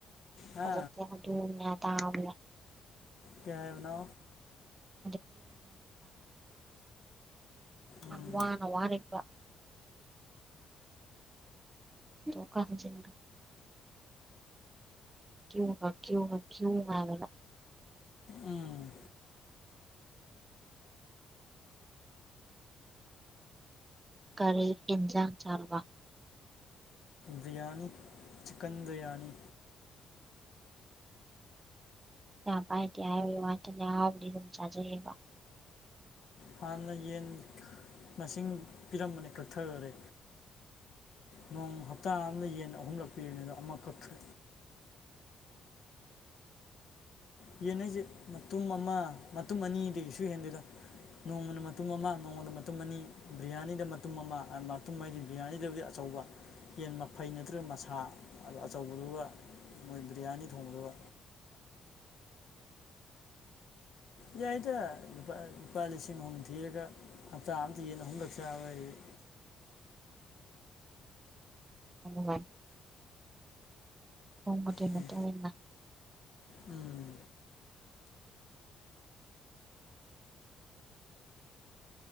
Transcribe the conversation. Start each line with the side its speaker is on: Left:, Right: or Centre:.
Left: ꯍꯥ
Right: ꯍꯧꯖꯤꯛꯇꯤ ꯑꯗꯨꯅꯦ ꯑꯗꯥꯅꯦ
Left: ꯀꯩ ꯍꯥꯏꯕꯅꯣ
Right: <inaudible>
Left: ꯎꯝ
Right: ꯋꯥꯅ ꯋꯥꯔꯤ <unintelligible> <unintelligible> ꯀ꯭ꯌꯨꯕ ꯀ꯭ꯌꯨꯕ ꯀ꯭ꯌꯨ ꯃꯥꯜꯂꯦꯕ
Left: ꯎꯝ
Right: ꯀꯔꯤ ꯏꯟꯖꯥꯡ ꯆꯥꯕ
Left: ꯕꯤꯔꯌꯥꯅꯤ ꯆꯤꯀꯟ ꯕꯤꯔꯌꯥꯅꯤ
Right: ꯄꯩꯁꯥ ꯄꯥꯏꯇꯤ ꯍꯥꯏꯕꯩ ꯋꯥꯇꯅꯦ ꯑꯍꯥꯎꯕꯗꯤ ꯑꯗꯨꯝ ꯆꯥꯖꯔꯤꯕ
Left: ꯍꯥꯟꯅ ꯌꯦꯟ ꯃꯁꯤꯡ ꯄꯤꯔꯝꯕꯅꯤ ꯀꯛꯊꯈꯔꯦ ꯅꯣꯡ ꯍꯞꯇꯥ ꯑꯃꯗ ꯌꯦꯟ ꯑꯍꯨꯝꯂꯛ ꯄꯤꯕꯅꯤ ꯑꯗꯣ ꯑꯃ ꯀꯛꯊ ꯌꯦꯟ ꯍꯥꯏꯁꯦ ꯃꯇꯨꯝ ꯑꯃ ꯃꯇꯨꯝ ꯑꯅꯤꯗꯒꯤꯁꯨ ꯍꯦꯟꯗꯦꯗ ꯅꯣꯡꯃꯅ ꯃꯇꯨꯝ ꯑꯃ ꯅꯣꯡꯃꯗ ꯃꯇꯨꯝ ꯑꯅꯤ ꯕꯤꯔꯌꯥꯅꯤꯗ ꯃꯇꯨꯝ ꯑꯃ ꯃꯇꯨꯝ ꯍꯥꯏꯗꯤ ꯕꯤꯔꯌꯥꯅꯤꯗꯕꯨꯗꯤ ꯑꯆꯧꯕ ꯌꯦꯟ ꯃꯐꯩ ꯅꯠꯇ꯭ꯔꯒ ꯃꯁꯥ ꯑꯗꯣ ꯑꯆꯧꯕꯗꯨꯒ ꯃꯣꯏ ꯕꯤꯔꯌꯥꯅꯤ ꯊꯣꯡꯕꯗꯨꯒ ꯌꯥꯏꯗ <unintelligible> ꯂꯨꯄꯥ ꯂꯤꯁꯤꯡ ꯑꯍꯨꯝ ꯊꯤꯔꯒ ꯍꯞꯇꯥ ꯑꯝꯗ ꯌꯦꯟ ꯑꯍꯨꯝꯂꯛ ꯆꯥꯕ ꯍꯥꯏꯖꯤ
Right: ꯅꯨꯉꯥꯏ <unintelligible>
Left: ꯎꯝ
Right: ꯃꯇꯨꯡ ꯏꯟꯅ
Left: ꯎꯝ